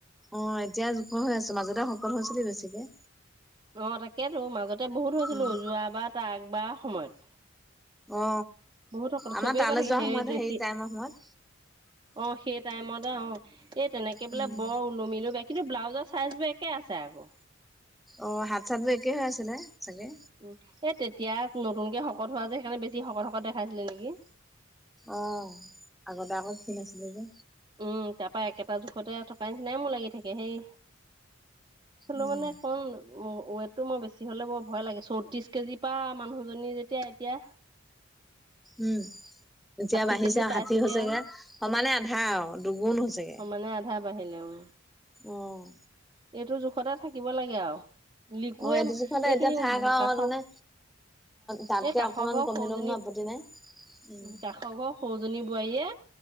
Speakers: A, in the centre; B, on the right.
A: অ', এতিয়া জোখৰ হৈ আছ, মাজতে শকত হৈছিলি বেছিকে।
B: অ', তাকেইতো মাজতে বহুত হৈছিলো,
A: উম
B: যোৱাবাৰ তাৰ আগবাৰ সময়ত।
A: অ
B: বহুত <unintelligible>
A: আমাৰ
B: চবেই
A: তালৈ
B: কয় থাকে
A: যোৱা
B: হে
A: সময়তে
B: তই
A: হেৰি
B: সি
A: টাইমৰ সময়ত
B: অ', সেই টাইমতে অ' এই তেনেকে বোলে
A: উম
B: বৰ নমিলো ব' কিন্তু ব্লাজৰ চাইজবোৰ একে আছে আকৌ।
A: অ', হাত চাত যে একে হৈ আছিলে চাগে।
B: উম', এ তেতিয়া নতুনকে শকত হোৱা যে, সেইকাৰণে বেছি শকত শকত দেখাইছিলে নেকি?
A: অ', আগতে আকৌ ক্ষীণ আছিলে যে।
B: উম', তাৰ পৰা একেটা জোখতে থকাৰ নিচিনাই মোৰ লাগি থাকে সেই হ'লো
A: উম
B: মানে কম ৱেটটো মই বেছি হলে বৰ ভয় লাগে, চৌত্ৰিশ কেজিৰ পৰা মানুহজনী যেতিয়া এতিয়া
A: উম', এতিয়া
B: ষাঠি
A: বাঢ়িছে
B: কেজি
A: আৰু
B: পাইছোগে
A: ষাঠি হৈছেগে,
B: আৰু
A: সমানে আধা আৰু দুগুণ হৈছেগে।
B: মানে আধা বঢ়িলে উম।
A: অ'
B: এইটো জোখতে থাকিব লাগে আৰু। লিকুৱে
A: অ', এইটো জোখতে
B: এইখিনি
A: এতিয়া থাক আৰু
B: কাষৰ
A: তাৰমানে তাতকে
B: এই কাষৰ
A: অকমান
B: ঘৰ
A: কমি
B: সৰুজনী
A: লেওঁ আপত্তি নাই। উম
B: কাষৰ ঘৰ সৰুজনী বোৱাৰীয়ে